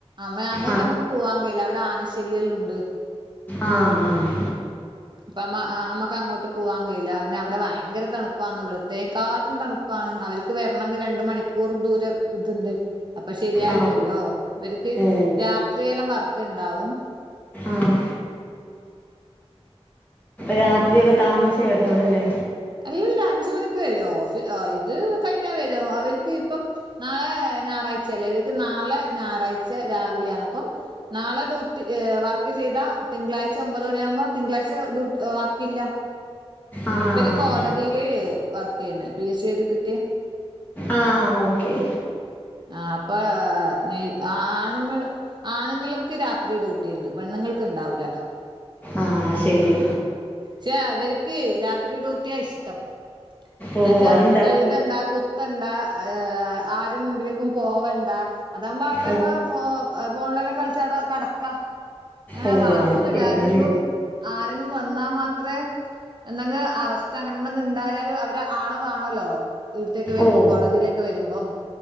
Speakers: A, on the right (about 45°); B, on the left (about 15°).
A: അമേ അങ്ങോട്ട്
B: ആഹ്
A: നമുക്ക് പോവാൻ കഴിയില്ല അവിടെ ആനശല്യല്ലോംണ്ട്
B: ആഹ് ആഹ്
A: ഇപ്പ അമ്മ ആമ്മക്ക് അങ്ങോട്ട് പോവാൻ കഴിയില്ല പിന്നെ അവിടെ ഭയങ്കര തണുപ്പാന്ന് ഇവിടത്തെേക്കാട്ടും തണു പ്പാണ് അവർക്ക് വരണമെങ്കിൽ രണ്ട് മണിക്കൂർ ദൂരം ഇതുണ്ട് അപ്പൊ ശരിയാവില്ലല്ലോ
B: ആഹ്
A: ഇവർക്ക്
B: ഓഹ്
A: രാത്രിയെല്ലാം വർക്കുണ്ടാവും
B: ആഹ് രാത്രിയൊക്കെ താമസിച്ചേ വരത്തൊള്ളൂ ല്ലേ
A: അല്ല അഞ്ച് മണിക്ക് വരോ ഓഫീ ആഹ് ഇത് കഴിഞ്ഞാൽ വരും അവർക്ക് ഇപ്പം നാളെ ഞായറാഴ്ച ല്ലേ ഇവർക്ക് നാളെ ഞായറാഴ്ച്ച രാവിലെയാണ് അപ്പം നാളെ ഡ്യൂട്ടി ഏഹ് വർക്ക് ചെയ്താ തിങ്കളാഴ്ച ഒമ്പത് മണിയാകുമ്പോ തിങ്കളാഴ്ച ഡ്യൂ ഏഹ് വർക്കില്ല.
B: ആഹ്
A: ഇവര്
B: ആഹ്
A: കോടതിയില് വർക്ക് ചെയ്യുന്നേ പി എസ് സി എഴുതി കിട്ട്യേ
B: ആഹ് ഓക്കെ
A: ആ അപ്പൊ നെയ് അ ആണുങ്ങൾ ആണുങ്ങൾക്ക് രാത്രി ഡ്യൂട്ടി ഉണ്ട് പെണ്ണുങ്ങൾക്ക് ഉണ്ടാവൂല
B: ആഹ് ശരി
A: ശേ അവർക്ക് രാത്രി ഡ്യൂട്ടിയാ ഇഷ്ടം എന്നുവച്ചാ
B: ഓഹ് അതെന്താ
A: എഴു തണ്ടാ കുത്തണ്ടാ ഏഹ് ആരെ മുമ്പിലേക്കും പോവണ്ട അതാവുമ്പോ അവിടെ
B: ഓഹ്
A: നമ്മ ഫോ ഫോണിലെല്ലാം കളിച്ചാട കടക്കാ അങ്ങനെ
B: ഓഹ്
A: വാ
B: അത്
A: ക്കൊന്നൂല്ല
B: ശരിയല്ലേ
A: ഏതെങ്കും ആരെങ്കിലും വന്നാ മാത്രേ എന്തെങ്ക അറസ്റ്റ് അങ്ങനെന്തങ്കി ഇണ്ടായാലും അവര് ആളെ വാണല്ലോ ഇവിടത്തേക്ക് വരുമ്പോം
B: ഓഹ്
A: കോടതിയിലേക്ക് വരുമ്പം